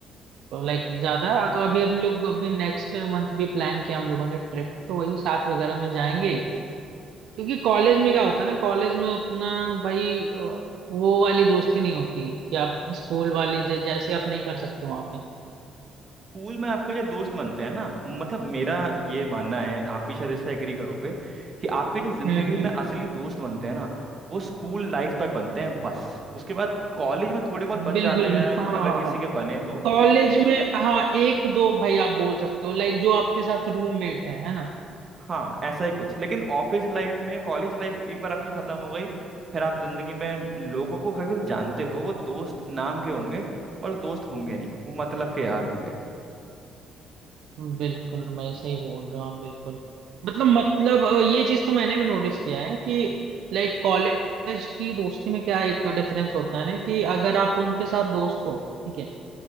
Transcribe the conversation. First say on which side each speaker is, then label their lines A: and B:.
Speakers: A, on the right; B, on the right.
A: तो लाइक ज्यादा तो अभी हम लोग अभी नेक्स्ट मंथ भी प्लान किया हम लोगों ने ट्रिप तो वही साथ वगैरह में जाएंगे क्योंकि कॉलेज में क्या होता है ना कॉलेज में उतना भाई अ, वो वाली दोस्ती नहीं होती कि आप स्कूल वाली जै, जैसे आप नहीं कर सकते वहां पे
B: स्कूल में आपके जो दोस्त बनते हैं ना मतलब मेरा ये मानना है आप भी शायद इससे एग्री करोगे कि आपके जो जिंदगी
A: हम्म हम्म
B: में असली दोस्त बनते हैं ना वो स्कूल लाइफ तक बनते हैं बस उसके बाद कॉलेज में थोड़े बहुत बन
A: बिल्कुल
B: जाते हैं
A: बिल्कुल हाँ
B: अगर
A: हाँ
B: किसी
A: हाँ
B: के बने तो
A: कॉलेज में हाँ एक दो भाई आप बोल सकते हो लाइक जो आपके साथ रूममेट है है ना
B: हाँ ऐसा ही कुछ लेकिन ऑफिस लाइफ में कॉलेज लाइफ एक बार आपकी खत्म हो गई फिर आप जिंदगी में लोगों को केवल जानते हो वो दोस्त नाम के होंगे पर वो दोस्त होंगे नहीं वो मतलब के यार होंगे
A: बिल्कुल मैं सही बोल रहा हूँ बिल्कुल मतलब मतलब अ, ये चीज तो मैंने भी नोटिस किया है कि लाइक कॉलेज की दोस्ती में क्या एक डिफरेंस होता है ना कि अगर आप उनके साथ दोस्त हो ठीक है